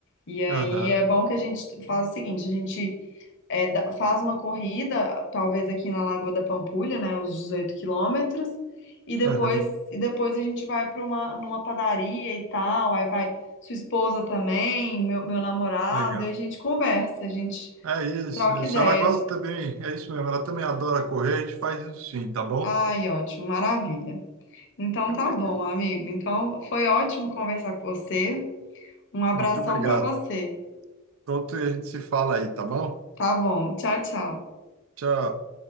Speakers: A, on the left; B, on the right.
A: E aí
B: Aham,
A: é bom que a gente faz o seguinte, a gente é, dá- faz uma corrida, talvez aqui na Lagoa da Pampulha, né, os 18 quilômetros, e depois,
B: aham,
A: e depois a gente vai para uma numa padaria e tal, aí vai sua esposa também, meu, meu namorado,
B: legal.
A: e a gente conversa, a gente
B: É isso,
A: troca
B: isso.
A: ideia.
B: Ela gosta também, é isso mesmo. Ela também adora correr, a gente faz isso sim, tá bom?
A: Ai, ótimo, maravilha. Então
B: Então,
A: tá
B: beleza.
A: bom, amigo. Então foi ótimo conversar com você. Um abração
B: Muito obrigado.
A: para você.
B: Pronto, e a gente se fala aí, tá bom?
A: Tá bom. Tchau, tchau.
B: Tchau.